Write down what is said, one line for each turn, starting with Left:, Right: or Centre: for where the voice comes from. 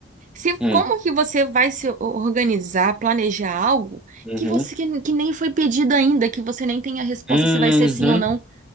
Right: Se,
Centre: Hum.
Right: como que você vai se organizar, planejar algo
Centre: Uhum.
Right: que você que, que nem foi pedido ainda, que você nem tem a resposta
Centre: Uhum.
Right: se vai ser sim ou não?